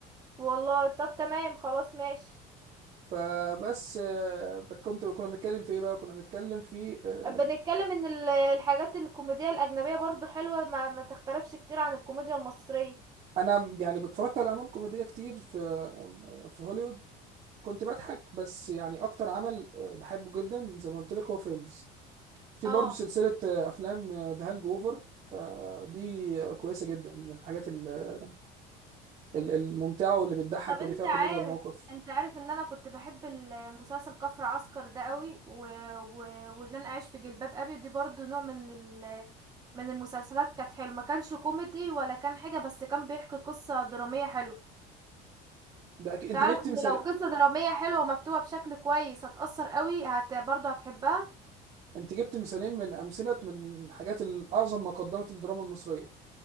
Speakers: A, on the right; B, on the right.
A: والله طب تمام خلاص ماشي
B: فبس آه، كنت كنا بنتكلم في ايه بقى كنا بنتكلم في آه،
A: بنتكلم ان ال- الحاجات الكوميديا الاجنبيه برضو حلوه ما, ما تختلفش كتير عن الكوميديا المصريه
B: انا يعني اتفرجت على اعمال كوميديه كتير في آه، في هوليوود كنت بضحك بس يعني اكتر عمل آه، بحبه جدا زي ما قلت لك هو فريندز في
A: اه
B: برضه سلسله آه، افلام ذا هانج اوفر فدي آه، كويسه جدا من الحاجات ال- ال- الممتعه واللي بتضحك
A: طب
B: واللي
A: انت
B: فيها
A: عارف
B: كوميديا الموقف
A: انت عارف ان انا كنت بحب المسلسل كفر عسكر ده قوي و... و... واللي انا عايش في جلباب ابي دي برضو نوع من ال... من المسلسلات كانت حلوه ما كانش كوميدي ولا كان حاجه بس كان بيحكي قصه دراميه حلوه
B: ده أكيد- انت
A: تعرف
B: جبت
A: ان
B: مثال
A: لو قصه دراميه حلوه ومكتوبه بشكل كويس هتأثر قوي هت... برضو هتحبها
B: انت جبت مثالين من امثله من حاجات الاعظم ما قدمت الدراما المصريه